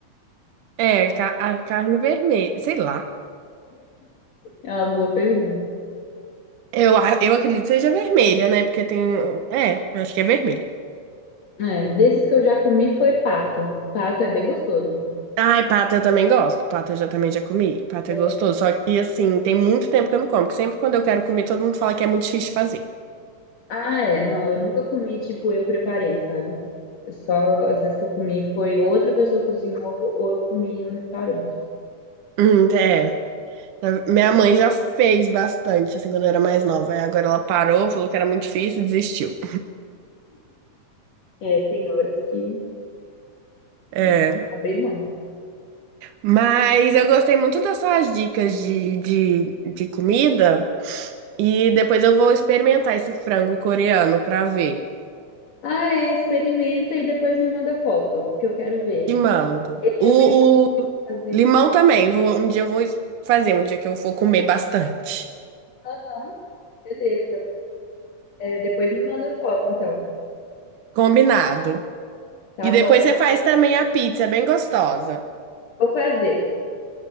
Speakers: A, on the right; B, on the left.
A: é, ca- a carne vermelha, sei lá.
B: É uma boa pergunta.
A: Eu, a- eu acredito que seja vermelha, né? Porque tem. É, eu acho que é vermelha.
B: É, desses que eu já comi foi pato. Pato é bem gostoso.
A: Ai, pata eu também gosto. Pata eu já, também já comi. Pata
B: É,
A: é gostoso. Só que, assim, tem muito tempo que eu não como. Porque sempre quando eu quero comer, todo mundo fala que é muito difícil de fazer.
B: Ah, é, não, eu nunca comi, tipo, eu preparei, sabe? Eu só, às vezes que eu comi foi outra pessoa cozinhou ou eu comi no restaurante.
A: Hum, é. Minha mãe já fez bastante, assim, quando eu era mais nova. Aí Agora ela parou, falou que era muito difícil e desistiu.
B: É, tem horas que
A: É.
B: a gente abre mão.
A: Mas eu gostei muito das suas dicas de, de, de comida. E depois eu vou experimentar esse frango coreano pra ver.
B: Ah, é, experimenta e depois me manda foto, que eu quero ver.
A: Te mando.
B: é
A: O,
B: bem
A: o
B: fazer.
A: limão também. Vou- um dia eu vou es- fazer, um dia que eu for comer bastante.
B: Aham, beleza. É, depois me manda foto, então.
A: Combinado.
B: Tá
A: E
B: bom,
A: depois você faz também a pizza, é bem gostosa.
B: vou fazer.